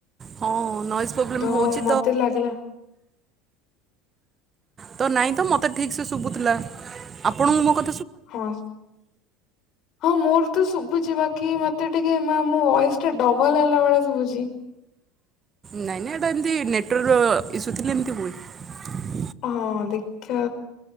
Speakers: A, on the right (about 30°); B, on the left (about 55°).
A: ହଁ ନଏଜ୍ ପ୍ରୋବ୍ଲେମ୍
B: ତ
A: ହେଉଛି
B: ମତେ ଲାଗିଲା।
A: ତ ନାଇଁ ତ ମତେ ଠିକ ସେ ଶୁଭୁଥିଲା ଆପଣଙ୍କୁ ମୋ କ
B: ହଁ ହଁ ମୋର ତ ଶୁଭୁଛି ବାକି ମତେ ଟିକେ ମୋ ଭଏସ୍ ଟା ଡବଲ ହେଲା ଭଳିଆ ଶୁଭୁଛି।
A: ନାଇଁ ନାଇଁ ଏଇଟା ଏମତି ନେଟୱାର୍କ ଇସୁଥିଲେ ଏମିତି ହୁଏ।
B: ହଁ ଦେଖ